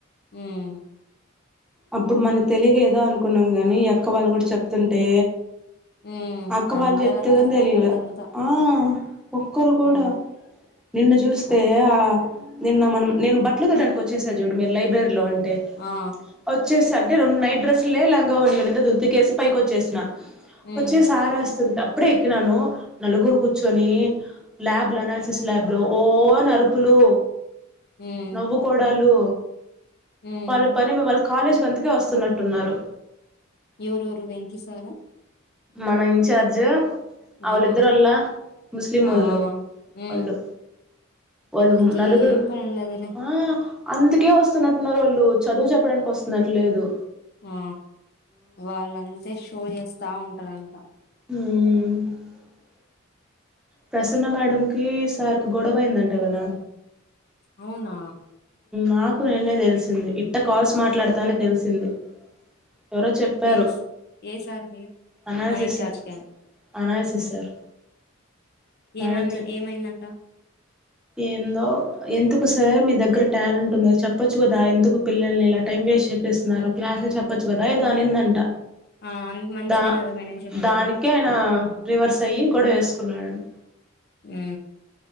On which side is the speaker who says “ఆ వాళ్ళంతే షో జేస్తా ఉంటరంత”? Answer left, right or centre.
Left